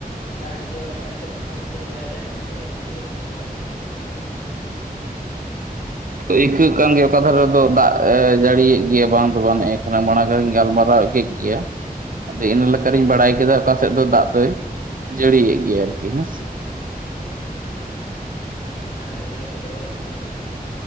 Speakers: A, on the left; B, on the right.
A: ᱫᱟᱜ ᱦᱤᱡᱩᱜᱼᱟ ᱚᱱᱠᱟ ᱟᱹᱭᱠᱟᱹᱜ ᱛᱮ ᱦᱩᱰᱩᱨ ᱵᱟᱲᱟᱭ ᱫᱟᱭ, ᱛᱚ ᱦᱤᱡᱩᱜ ᱠᱟᱱᱟ ᱥᱮ ᱵᱟᱝ ᱦᱤᱡᱩᱜ ᱠᱟᱱᱟ ᱦᱟᱸᱜ ᱧᱮᱞᱚᱜ ᱜᱮᱭᱟ!
B: ᱟᱹᱭᱠᱟᱹᱜ ᱠᱟᱱ ᱜᱮᱭᱟ ᱚᱠᱟ ᱫᱷᱟᱨᱮ ᱨᱮᱫᱚ ᱫᱟᱜ ᱮ ᱡᱟᱹᱲᱤᱭᱮᱜ ᱜᱮᱭᱟ ᱵᱟᱝ ᱫᱚ ᱵᱟᱝ, ᱦᱮᱜᱼᱮᱸ ᱠᱷᱟᱱᱮ ᱢᱟᱲᱟᱝ ᱜᱤᱧ ᱜᱟᱞᱢᱟᱨᱟᱣ ᱠᱮᱜ ᱜᱮᱭᱟ, ᱟᱫᱚ ᱤᱱᱟᱹ ᱞᱮᱠᱟᱨᱤᱧ
A: ᱦᱳᱭ
B: ᱵᱟᱲᱟᱭ ᱠᱮᱫᱟ ᱚᱠᱟ ᱥᱮᱫ ᱫᱚ ᱫᱟᱜ ᱫᱚᱭ ᱡᱟᱹᱲᱤᱭᱮᱜ ᱜᱮᱭᱟ ᱟᱨᱠᱤ ᱦᱮᱸ ᱥᱮ ᱾
A: ᱦᱳᱭ ᱦᱳᱭ, ᱟᱨ ᱤᱭᱟᱹ ᱠᱚᱫᱚ ᱪᱮᱫ ᱠᱚ ᱢᱮᱛᱟᱜᱼᱟ